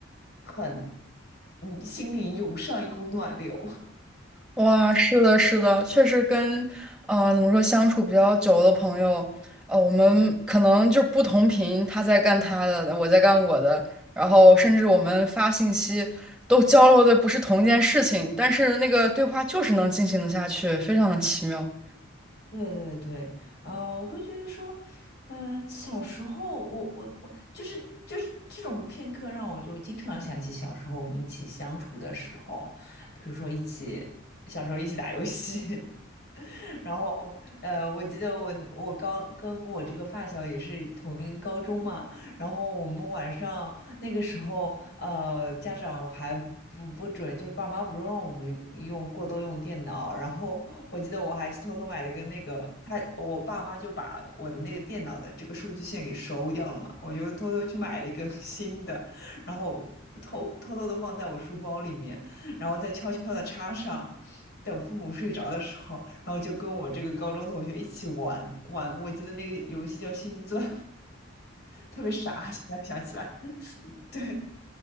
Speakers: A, on the left; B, in the centre.
A: 很，你心里涌上一股暖流。
B: 哇，是的，是的，确实跟，呃，怎么说，相处比较久的朋友，呃，我们可能就不同频，他在干他的，我在干我的，然后甚至我们发信息都交流的不是同一件事情，但是那个对话就是能进行的下去，非常的奇妙。
A: 对对对，呃，我会觉得说，嗯、小时候我我我就是就是这种片刻让我就经常想起小时候我们一起相处的时候啊，比如说一起小时候一起打游戏，然后，呃，我记得我我刚跟我这个发小也是同一个高中嘛，然后我们晚上那个时候，呃，家长还不不准，就是爸妈不让我们用过多用电脑，然后我记得我还去偷偷买了个那个，他我爸妈就把我的那个电脑的这个数据线给收掉了嘛，我就偷偷去买了一个新的，然后偷偷偷的放在我书包里面。然后再悄悄的插上，等父母睡着的时候，然后就跟我这个高中同学一起玩玩。我记得那个游戏叫星钻，<laughs> 特别傻，现在想起来。<laughs> 对，